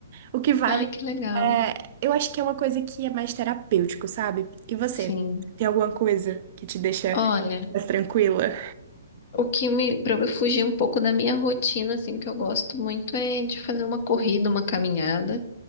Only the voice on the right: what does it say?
O que vale
é, eu acho que é uma coisa que é mais terapêutico, sabe? E você?
Tem alguma coisa que te deixa
mais tranquila?